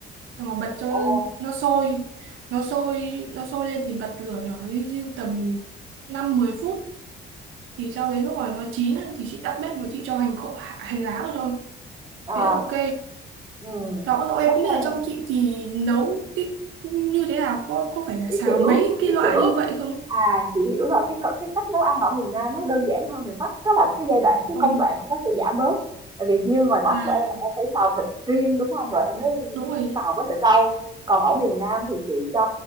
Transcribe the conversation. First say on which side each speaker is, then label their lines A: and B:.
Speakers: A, on the right; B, on the right.
A: xong rồi bật cho
B: ồ,
A: nó sôi nó sôi nó sôi lên thì bật lửa nhỏ riu riu tầm năm mười phút thì sau đấy lúc mà nó chín á, thì chị tắt bếp rồi chị cho hành khô hành lá vào thôi
B: à,
A: thế là ok
B: ừm,
A: Đó, cậu em
B: bắp
A: không
B: ngô.
A: biết là trong chị thì nấu cái như thế nào có có phải là
B: Cái
A: xào
B: kiểu
A: mấy cái
B: cái
A: loại
B: kiểu
A: như vậy không?
B: à, chị hiểu rồi, cái c cái cách nấu ăn ở miền Nam nó đơn giản hơn miền Bắc, tức là cái giai đoạn, cái
A: Ừ.
B: công đoạn của nó sẽ giảm bớt. Tại vì như ngoài Bắc
A: À
B: của em là em phải xào thịt riêng, đúng không Rồi em mới
A: đúng rồi chị.
B: xào với lại rau. Còn ở miền Nam thì chị cho